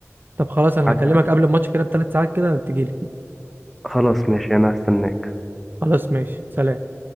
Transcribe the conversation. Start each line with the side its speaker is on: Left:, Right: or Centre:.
Right: طب خلاص انا
Centre: عدى
Right: هكلمك
Centre: عليك
Right: قبل الماتش كده بثلاث ساعات كده تجيلي
Centre: خلاص ماشي انا هستناك
Right: خلاص ماشي سلام